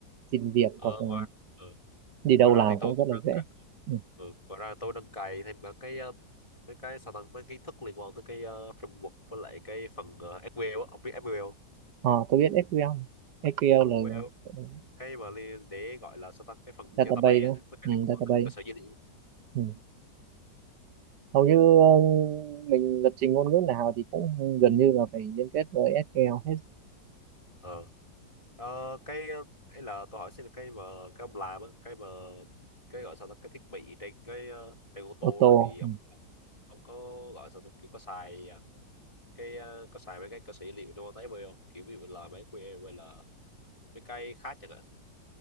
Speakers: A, on the right; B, on the left.
A: xin việc
B: Ờ,
A: hoặc ừ,
B: ngoài ừ.
A: đi đâu
B: ngoài ra
A: làm
B: thì tôi
A: cũng rất
B: cũng
A: là
B: đang
A: dễ.
B: cày,
A: Ừ.
B: ừ. ngoài ra tôi đang cày thêm cả cái ờ, cái cái sao ta với kiến thức liên quan tới cái ờ, framework với lại cái phần ờ, SQL á. ông biết SQL không?
A: Ờ, tôi biết SQL. SQL là
B: SQL
A: ừ,
B: cái mà li- để gọi là sao ta cái phần
A: database
B: database
A: đúng
B: á,
A: không?
B: với cái liên
A: Ừ,
B: quan
A: database.
B: tới cơ sở dữ liệu
A: Ừ. Hầu như ờ, mình lập trình ngôn ngữ nào thì cũng gần như là phải liên kết với SQL hết
B: Ờ. Ờ, cái ờ, cái là tôi hỏi xin là cái mà cái ông làm á, cái mà cái gọi sao ta cái thiết bị trên cái ờ, trên ô tô
A: auto.
B: đó thì ông
A: Ừ.
B: ông có gọi sao ta kiểu có xài à, cái ờ, có xài mấy cái cơ sở dữ liệu đâu tới bây không kiểu ví dụ là mấy que hay là mấy cái khác chẳng hạn